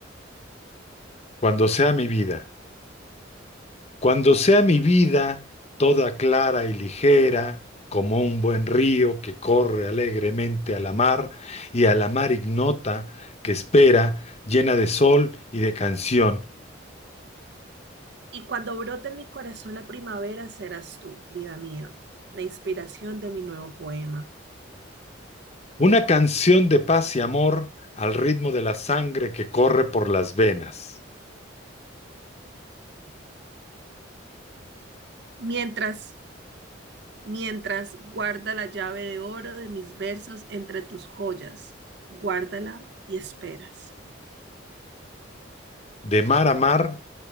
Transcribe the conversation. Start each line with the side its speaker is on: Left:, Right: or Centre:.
Left: cuando sea mi vida, cuando sea mi vida toda clara y ligera, como un buen río que corre alegremente a la mar y a la mar ignota que espera, llena de sol y de canción,
Right: Y cuando brote en mi corazón la primavera, serás tú, vida mía, la inspiración de mi nuevo poema.
Left: una canción de paz y amor al ritmo de la sangre que corre por las venas,
Right: Mientras, mientras guarda la llave de oro de mis versos entre tus joyas, guárdala y esperas.
Left: de mar a mar,